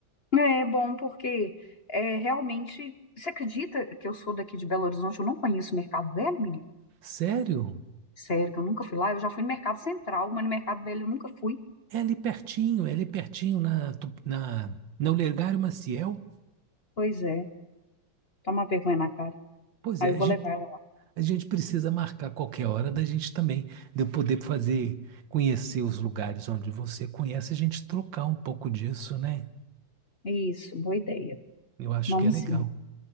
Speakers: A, on the left; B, on the right.
A: É bom porque é, realmente. Você acredita que eu sou daqui de Belo Horizonte? Eu não conheço o Mercado Velho, menino?
B: Sério?
A: Sério, que eu nunca fui lá. Eu já fui no Mercado Central, mas no Mercado Velho eu nunca fui.
B: É ali pertinho, é ali pertinho na, Tu- na, na Olegário Maciel.
A: Pois é, toma vergonha na cara.
B: Pois
A: Aí
B: é,
A: eu
B: a
A: vou
B: gente,
A: levar ela lá.
B: a gente precisa marcar qualquer hora da gente também, de eu poder fazer, conhecer os lugares onde você conhece, a gente trocar um pouco disso, né?
A: Isso, boa ideia.
B: Eu acho
A: Vamos
B: que é legal.
A: sim.